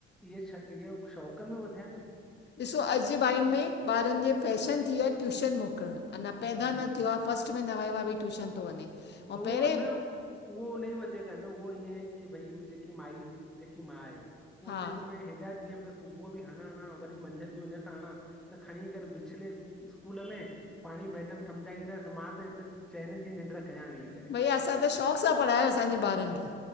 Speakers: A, in the centre; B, on the left.
A: इहे छ इहे शौक़नि में वधयानि न।
B: ॾिसो अॼु जे टाइम में ॿारनि जे फैशन थी वियो आहे ट्यूशन मोकिलणु, अञां पैदा
A: हा
B: न थियो आ फस्ट में न वयो आ भई ट्यूशन थो वञे। ऐं
A: त उहो
B: पहिरें
A: न उहो उन्हें जी वजह कान्हें, उहो ईअं है की भई जेकी माई जेकी मा आहे। उहो
B: हा
A: चये थी मां हेॾा ॾींहं म सुबुह बि हणा, हणा, वरी मंझंन थियूं हिंअर सां हणा, त खणी करे बिछले थी इस्कूल में पाणेई मैडम सम्झाईंदस, मां त हिते चैन जी निंड्र कयां वेई।
B: भईया असां त शौक़ु सां पढ़ायो असांजे ॿारनि खे।